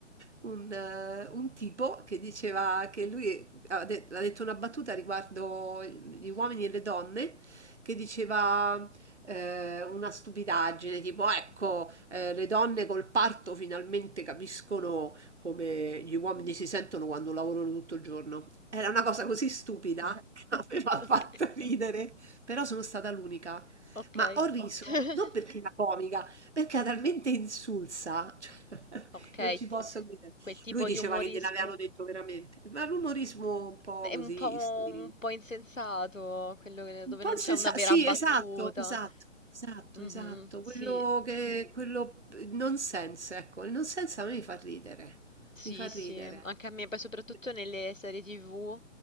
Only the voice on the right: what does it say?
un, eh, un tipo che diceva che lui ha de- ha detto una battuta riguardo gli uomini e le donne, che diceva eh, una stupidaggine, tipo ecco, eh, le donne col parto finalmente capiscono come gli uomini si sentono quando lavorano tutto il giorno. Era una cosa così stupida che <laughs> aveva
fatto ridere, però sono stata l'unica.
Ma ho riso
non perché era comica, perché era talmente insulsa, cioè,
<laughs> non ci
posso credere.
Lui diceva
che gliel'avevano detto veramente, ma l'umorismo un po'
così,
sì.
Un
po'
insessa-
sì,
esatto, esatto, esatto,
esatto.
Quello che, quello il nonsense, ecco, il nonsense a me mi fa ridere,
mi fa ridere.
È vero.